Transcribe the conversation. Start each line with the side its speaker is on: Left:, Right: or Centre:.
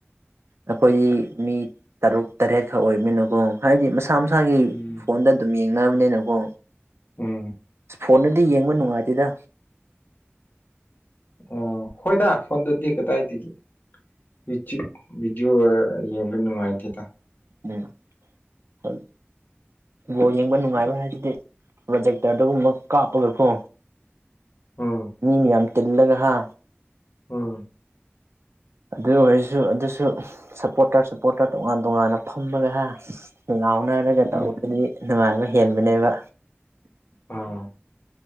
Right: ꯑꯩꯈꯣꯏꯗꯤ ꯃꯤ ꯇꯔꯨꯛ ꯇꯔꯦꯠꯈꯛ ꯑꯣꯏꯕꯃꯤꯅꯀꯣ ꯍꯥꯏꯗꯤ ꯃꯁꯥ ꯃꯁꯥꯒꯤ
Left: ꯎꯝ
Right: ꯐꯣꯟꯗ ꯑꯗꯨꯝ ꯌꯦꯡꯅꯕꯅꯤꯅꯀꯣ
Left: ꯎꯝ
Right: ꯑꯁ ꯐꯣꯟꯗꯗꯤ ꯌꯦꯡꯕ ꯅꯨꯡꯉꯥꯏꯇꯦꯗ
Left: ꯑꯣ ꯍꯣꯏꯗ ꯐꯣꯟꯗꯗꯤ ꯀꯗꯥꯏꯗꯒꯤ ꯌꯨꯇ꯭ꯌꯨꯕ ꯚꯤꯗꯤꯑꯣ ꯌꯦꯡꯕ ꯅꯨꯡꯉꯥꯏꯇꯦꯗ
Right: ꯎꯝ ꯍ <unintelligible> ꯕꯣꯜ ꯌꯦꯡꯕ ꯅꯨꯡꯉꯥꯏꯕ ꯍꯥꯏꯁꯤꯗꯤ ꯄ꯭ꯔꯣꯖꯦꯛꯇꯔꯗ ꯒꯨꯝꯕ ꯀꯥꯞꯄꯒꯀꯣ
Left: ꯎꯝ
Right: ꯃꯤ ꯃꯌꯥꯝ ꯇꯤꯜꯂꯒ ꯍꯥ
Left: ꯎꯝ
Right: ꯑꯗꯨ ꯑꯣꯏꯔꯁꯨ ꯑꯗꯨꯁꯨ ꯁꯞꯄꯣꯔꯇꯔ ꯁꯞꯄꯣꯔꯇꯔ ꯇꯣꯉꯥꯟ ꯇꯣꯉꯥꯟꯅ ꯐꯝꯃꯒ ꯍꯥ ꯂꯥꯎꯅꯔꯒ ꯇꯧꯕꯗꯤ
Left: ꯎꯝ
Right: ꯅꯨꯡꯉꯥꯏꯕ ꯍꯦꯟꯕꯅꯦꯕ
Left: ꯎꯝ